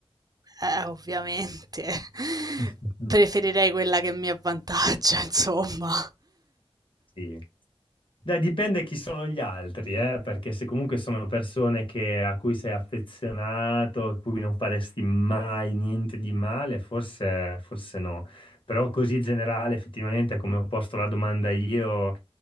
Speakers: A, on the right; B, on the left.
A: Eh, ovviamente. <laughs>
B: <laughs>
A: Preferirei quella che mi avvantaggia, <laughs> insomma.
B: Sì. Beh, dipende chi sono gli altri, eh, perché se comunque sono persone che- a cui sei affezionato, a cui non faresti mai niente di male, forse, forse no. Però così generale, effettivamente, come ho posto la domanda io,